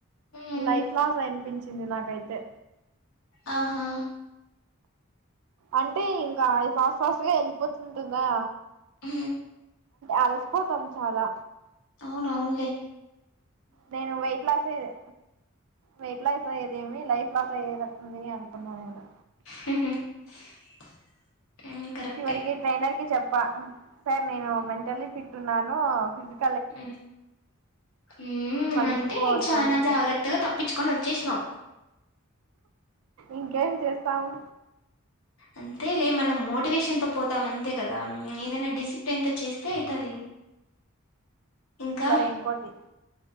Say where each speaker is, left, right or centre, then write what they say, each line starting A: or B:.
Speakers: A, on the left (about 75°); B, on the right (about 80°).
A: ఉమ్,
B: లైఫ్ లాస్ అనిపించ ది నాకైతే
A: ఆ హా..
B: అంటే ఇంకా అది ఫాస్ట్ ఫాస్ట్ గ ఎలిపోతుంటుందా
A: మ్
B: అలసిపోతాం చాలా
A: అవును అవునులే
B: నేను వెయిట్ లాస్ అయిదె వెయిట్ లాస్ అయ్యేదేమి లైఫ్ లాస్ అయ్యేటట్టుంది అనుకున్నాను నేను
A: <unintelligible> కరెక్టే
B: చివరికి ట్రైైనర్కి చెప్ప పా సార్ నేను మెంటల్లీ ఫిట్ నాను ఫజ <unintelligible>
A: మ్ మ్..
B: మళ్ళీ
A: అంటే
B: చూసుకోవచ్చు
A: చానా
B: అనేసి
A: జాగ్రత్తగా తప్పిచ్చుకోని వచ్చేసినావు
B: ఇంకేం చేస్తాము
A: అంతే లే మనం మోటివేషన్ తో పోతాం అంతే కదా ఏదైనా డిసిప్ ఎంత చేస్తే అయితది ఇంకా
B: సరే ఇంకోటి